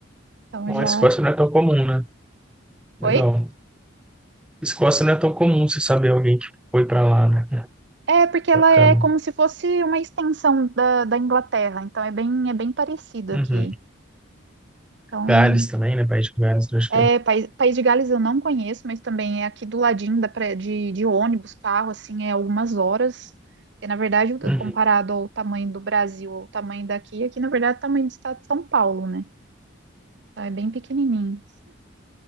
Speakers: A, on the right; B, in the centre.
A: Então
B: Bom,
A: já.
B: a Escócia não é tão comum, né? Legal.
A: Oi?
B: Escócia não é tão comum você saber alguém que foi para lá, né? É,
A: É porque ela
B: Bacana.
A: é como se fosse uma extensão da, da Inglaterra. Então é bem é bem parecido
B: Uhum.
A: aqui. Então
B: Gales também, né? País de Gales, eu acho
A: É,
B: que é.
A: País, País de Gales eu não conheço, mas também é aqui do ladinho da pré- de, de ônibus, carro, assim, é algumas horas. E, na verdade,
B: Uhum.
A: comparado ao tamanho do Brasil, ao tamanho daqui, aqui, na verdade, é o tamanho do estado de São Paulo, né? Então, é bem pequenininho,